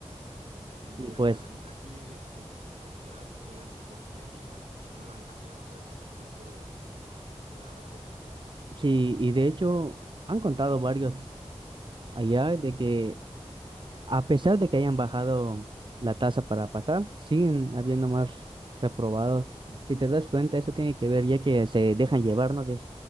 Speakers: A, on the right; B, on the right.
A: Mm,
B: Y
A: ya
B: pues
A: veo, en- aquí en mi universidad es con siete igual. No lo han cambiado por el momento, pero, pero a ver qué pasa.
B: sí, y de hecho han contado varios allá de que a pesar de que hayan bajado la tasa para pasar, siguen habiendo más reprobados. Si te das cuenta, eso tiene que ver ya que se dejan llevar, ¿no? De